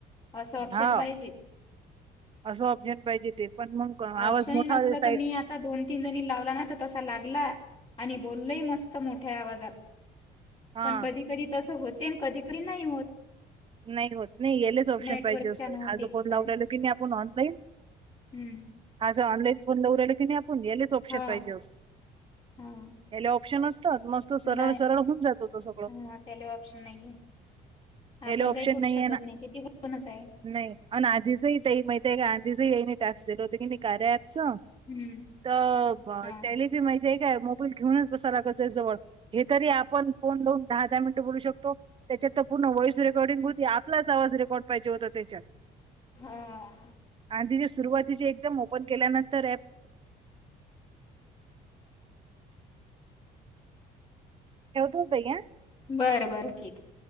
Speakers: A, on the left; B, on the right.
A: असं ऑप्शन
B: हा
A: पाहिजे.
B: असं ऑप्शन पाहिजे ते पण मग आवाज
A: ऑप्शनही
B: मोठा
A: नसलं
B: साईड
A: तर मी आता दोन तीन जणी लावला ना तर तसा लागला आणि बोललही मस्त मोठ्या आवाजात
B: हा
A: पण कधी कधी तसं होते आणि कधी कधी नाही होत
B: नाही होत नाही यालेच ऑप्शन
A: नेटवर्कच्या
B: पाहिजे असतं
A: न होते
B: आज
A: की
B: फोन
A: काय
B: लाव राहिलो की नाही आपण ऑनलाईन
A: हम्म
B: हा ज ऑनलाईन फोन दवला कि नाही आपण यालेच ऑप्शन
A: हा
B: पाहिजे असतो
A: हा
B: याले ऑप्शन असतात मस्त सरळ
A: नाही
B: सरळ होऊन जातो तो सगळं
A: हा त्याले ऑप्शन नाही आहे आपण
B: याला
A: काही
B: ऑप्शन
A: करू
B: नाहीये
A: शकत
B: ना
A: नाही ते त कोणच आहे
B: नाही आणि आधी सई त्या माह का आधी स याई टॅक्स दिलो होो की कारे आपसो
A: हम्म
B: तर
A: हा
B: त्याला बी माहिती आहे काय मोबाईल घेऊनच बसायलाग त्या जवळ हे तरी आपण फोन लाऊन दहा दहा मिनटं बोलू शकतो त्याच्यात तर पूर्ण वॉईस रेकॉर्डिंग होती आपला आवाज रेकॉर्ड पाहिजे होता त्याच्यात
A: हा
B: आणि ति सुरवातीचे एकदम ओपन केल्यानंतर प ठेवत होत आहे का
A: बरं बरं ठीक आहे